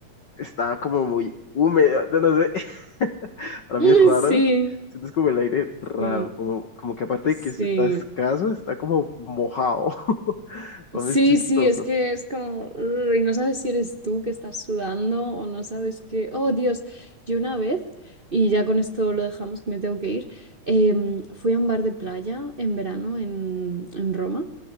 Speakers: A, on the left (about 65°); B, on the right (about 35°).
A: Estaba como muy húmedo, no, no sé. <laughs> Para mí
B: Mm,
A: es raro.
B: Sí,
A: Sientes como el aire raro,
B: sí,
A: como, como que aparte
B: sí.
A: de que está escaso, está como mojado. <laughs> A
B: Sí,
A: mí es chistoso.
B: sí, es que es como, "Ugh", y no sabes si eres tú que estás sudando o no sabes que, oh Dios, yo una vez, y ya con esto lo dejamos que me tengo que ir, em, fui a un bar de playa en verano en, en Roma